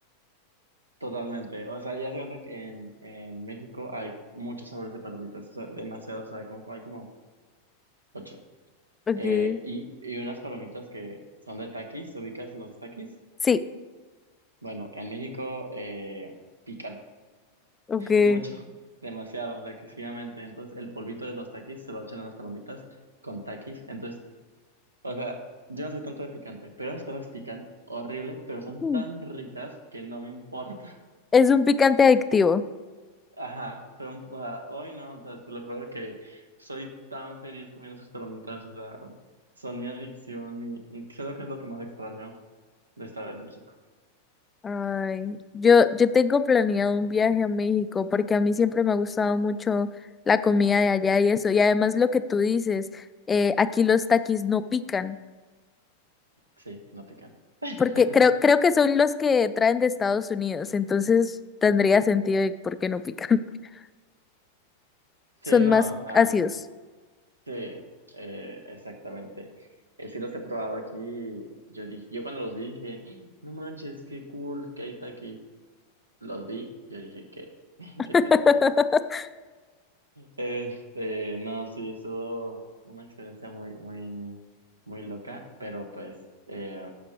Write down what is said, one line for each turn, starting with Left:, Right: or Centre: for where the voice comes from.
Right: totalmente, o sea, ya se cuenta que en, en México hay muchos sabores de palomitas, o sea, demasiados, o sea, como- hay como ocho.
Left: Okay,
Right: Eh, y, y unas palomitas que son de takis ¿ubicas los takis?
Left: Sí,
Right: Bueno, en México eh, pican
Left: okay.
Right: mucho, <laughs> demasiado, o sea, excesivamente. Entonces, el polvito de los takis se lo echan a las palomitas con takis. Entonces, o sea, yo no soy tanto de picante, pero las cosas pican horrible, pero son
Left: Mm.
Right: tan ricas que no me importa. <laughs>
Left: es un picante adictivo.
Right: Ajá, pero, o sea, hoy no, o sea, te lo juro que soy tan feliz comiendo esas palomitas, o sea, son mi adicción, mi, creo que es lo que más extraño de estar en México.
Left: Ay, yo, yo tengo planeado un viaje a México porque a mí siempre me ha gustado mucho la comida de allá y eso. Y además lo que tú dices, eh, aquí los taquis no pican.
Right: Sí, no pican. <laughs>
Left: Porque creo, creo que son los que traen de Estados Unidos, entonces tendría sentido de por qué no pican. <laughs> Son
Right: Sí, no,
Left: más
Right: ah,
Left: ácidos.
Right: sí, eh, exactamente. Eh, sí los he probado aquí. Yo dije, yo cuando los vi dije, no manches, qué cool que hay taquis. Los vi, yo dije, ¿qué? <laughs>
Left: <laughs>
Right: ¿Qué es esto? Este, no, sí, estuvo una experiencia muy, muy, muy loca, pero pues eh,